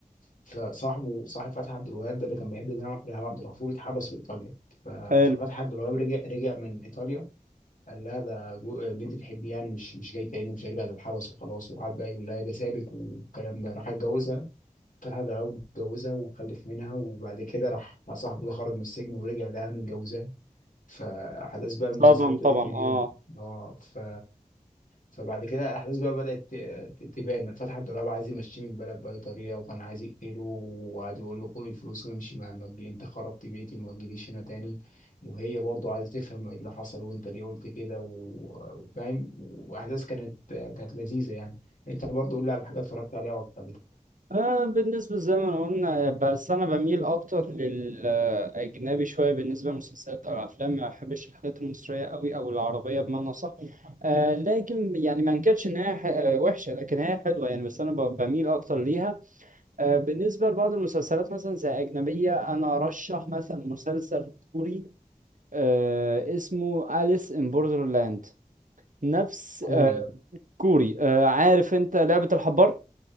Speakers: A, on the left; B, on the right.
A: فصاحبه صاحب فتحي عبد الوهاب ده اللي كان بيحب ريهام ريهام عبد الغفور اتحبس في ايطاليا ف- ففتحي
B: حلو
A: عبد الوهاب رجع رجع من ايطاليا قال لها ده جو- اللي انت بتحبيه يعني مش مش جاي تاني ومش هيرجع تتحبس وخلاص وقعد بقى يقول لها إيه ده سابك والكلام ده راح اتجوزها طلحة ضرب اتجوزها وخلف منها وبعد كده راح صاحبه ده خرج من السجن ورجع لها متجوزاه فأحداث بقى المسلسل
B: صدم
A: ابتدت
B: طبعا
A: من
B: اه
A: هنا اه ف فبعد كده الأحداث بقى بدأت ت- ت- تبان فتحي الدولاب عايز يمشيه من البلد بأي طريقة وكان عايز يقتله وقعد يقول له خد الفلوس وامشي ما ما تجي- أنت خربت بيتي وما تجيليش هنا تاني وهي برضو عايزة تفهم ايه اللي حصل وأنت ليه قلت كده و- وفاهم وأحداث كانت كانت لذيذة يعني أنت برضو قول لي على حاجة اتفرجت عليها وعجبتك
B: آه، بالنسبة زي ما قلنا بس أنا بميل أكتر للأجنبي شوية بالنسبة للمسلسلات أو الأفلام ما بحبش الحاجات المصرية أوي أو العربية بمعنى صح آه لكن يعني ما أنكرش إن هي ح- آه، وحشة لكن هي حلوة يعني بس أنا ب- بميل أكتر ليها آه، بالنسبة لبعض المسلسلات مثلا زي أجنبية أنا أرشح مثلا مسلسل كوري آه، اسمه أليس إن بوردرلاند نفس
A: كوري
B: آه، كوري آه، عارف أنت لعبة الحبار